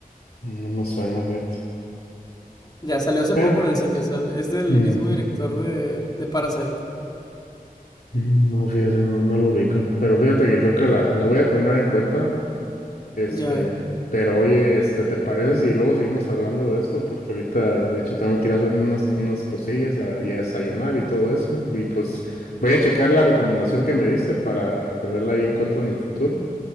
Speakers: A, on the left; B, on the left.
A: no me suena, fíjate.
B: Ya, salió hace
A: Pero,
B: poco en el cine, sal- es del
A: mm,
B: mismo director de, de Parasite.
A: mm, no, fíjate, no, no lo ubico. Pero fíjate que creo que la, la voy a tener en cuenta Este,
B: Ya,
A: pero oye, este, ¿te parece si luego seguimos hablando de esto? Porque ahorita, de hecho, tengo que ir a hacerme unas, unas cosillas a, y a desayunar y todo eso. Y pues voy a checar la recomendación que me diste para tenerla ahí en cuenta en el futuro.